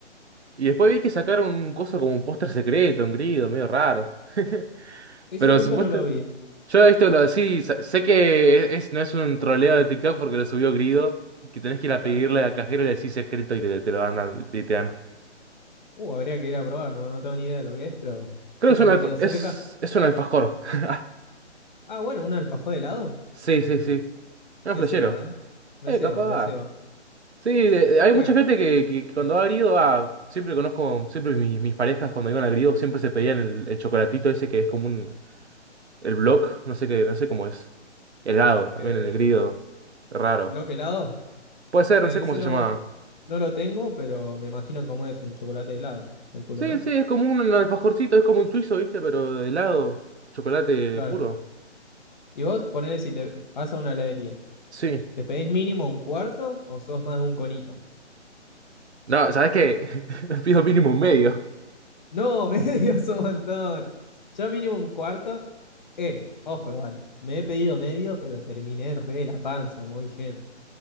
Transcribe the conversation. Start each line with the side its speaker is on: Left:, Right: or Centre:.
Right: Y después vi que sacaron un coso como un póster secreto, un grido, medio raro. <laughs>
Left: Eso,
Right: Pero
Left: eso
Right: supuesto,
Left: no lo vi,
Right: yo he visto lo de sí, sa- sé que es, no es un troleo de TikTok porque lo subió Grido, que tenés que ir a
Left: claro.
Right: pedirle al cajero y le decís secreto y te, te lo van dando, y te, te dan.
Left: Uh, habría que ir a probar, no, no tengo ni idea de lo que es, pero
Right: Creo
Left: yo
Right: que es
Left: tengo
Right: un alfa-
Left: un griego cerca.
Right: es, es un alfajor. <laughs>
Left: Ah, bueno, un alfajor de helado.
Right: Sí, sí, sí. Un
Left: Me
Right: flashero.
Left: ceba, eh. Me
Right: Eh,
Left: ceba,
Right: capaz.
Left: me ceba.
Right: Sí, de-
Left: Capaz
Right: de- hay
Left: juega.
Right: mucha gente que, que cuando ha grido, ah, siempre conozco, siempre mi- mis parejas cuando iban a grido siempre se pedían el, el chocolatito ese que es como un, el block, no sé qué, no sé cómo es, helado también
Left: Eh,
Right: el grido, raro.
Left: bloque helado.
Right: Puede ser,
Left: Eh,
Right: no sé
Left: ese
Right: cómo se
Left: no,
Right: llamaba.
Left: no lo tengo, pero me imagino cómo es un chocolate helado, calculo,
Right: Sí,
Left: ¿no?
Right: sí, es como un alfajorcito, es como un suizo, ¿viste? Pero de helado, chocolate
Left: Claro.
Right: puro.
Left: Y vos ponele si te vas a una heladería.
Right: Sí.
Left: ¿Te pedís mínimo un cuarto o sos más de un conito?
Right: No, ¿sabes qué? <laughs> Me pido mínimo un medio.
Left: No, <laughs> medio es un montón. Yo mínimo un cuarto. Eh, ojo igual. Me he pedido medio, pero terminé re de la panza, muy lleno.